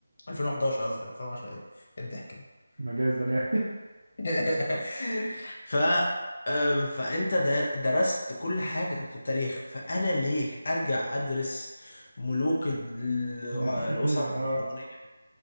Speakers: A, on the left; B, on the right.
A: 2011 قصدي 2010 ايه الضحك <laughs>
B: مجازا يعني
A: ده. ف أم، فانت در- درست كل حاجة في التاريخ فانا ليه ارجع ادرس ملوك ال-
B: <laughs>
A: الاسر
B: اه
A: الفرعونية